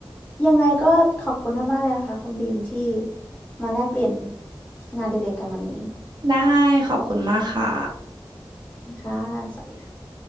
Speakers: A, on the left; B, on the right.
A: ยังไงก็ขอบคุณมากๆเลยนะคะคุณบีมที่มาแลกเปลี่ยนงานอดิเรกกันวันนี้
B: ได้ขอบคุณมากค่ะ
A: ค่ะสวัสดีค่ะ